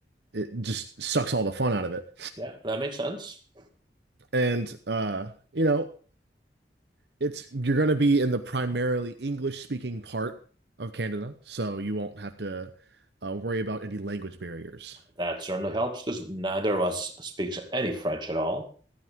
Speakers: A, on the right (about 65°); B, on the right (about 25°).
A: it just sucks all the fun out of it.
B: Yeah, that makes sense.
A: And uh, you know, it's you're going to be in the primarily English speaking part of Canada, so you won't have to uh, worry about any language barriers,
B: That certainly helps because neither of us speaks any French at all.